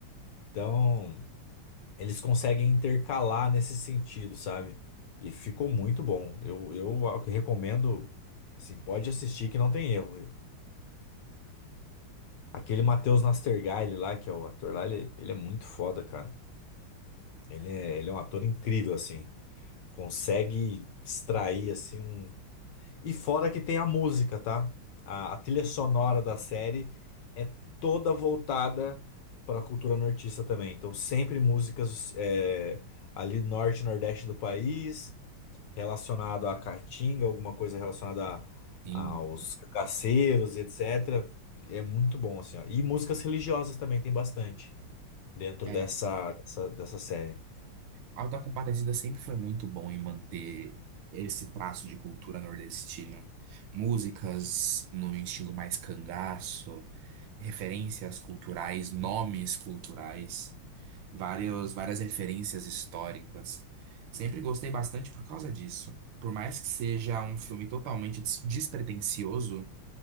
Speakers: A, on the left; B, on the right.
A: Então, eles conseguem intercalar nesse sentido, sabe? E ficou muito bom. Eu, eu a- recomendo, assim, pode assistir que não tem erro. Aquele Matheus Nastergaile lá, que é o ator lá, ele, ele é muito foda, cara. Ele é, ele é um ator incrível, assim. Consegue extrair, assim, um E fora que tem a música, tá? A, a trilha sonora da série é toda voltada para a cultura nortista também. Então, sempre músicas é, ali do norte, e nordeste do país, relacionado à caatinga, alguma coisa relacionada a-
B: Sim.
A: aos cacaceiros e etc. É muito bom, assim, ó. E músicas religiosas também tem bastante dentro
B: É,
A: dessa, dessa, dessa série.
B: Autocompadecida sempre foi muito bom em manter esse traço de cultura nordestina. Músicas no estilo mais cangaço referências culturais, nomes culturais, vários, várias referências históricas. Sempre gostei bastante por causa disso. Por mais que seja um filme totalmente des- despretensioso,